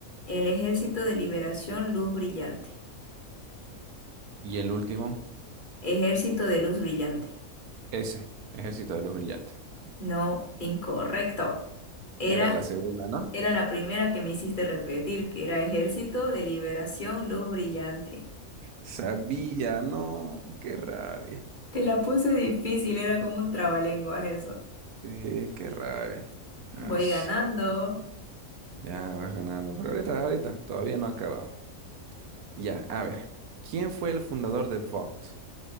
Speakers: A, on the left; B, on the right.
A: El Ejército de Liberación Luz Brillante.
B: Y el último,
A: Ejército de Luz Brillante.
B: ese, Ejército de los Brillantes.
A: No, incorrecto. Era
B: Era la segunda, ¿no?
A: Era la primera que me hiciste repetir, que era Ejército de Liberación Luz Brillante.
B: Sabía, no, qué rabia.
A: Te la puse difícil, era como un trabalenguas eso.
B: Sí, qué rabia. Ash,
A: Voy ganando.
B: ya vas ganando. Pero ahorita, ahorita, todavía no ha acabado. Ya, a ver. ¿Quién fue el fundador de Vogt?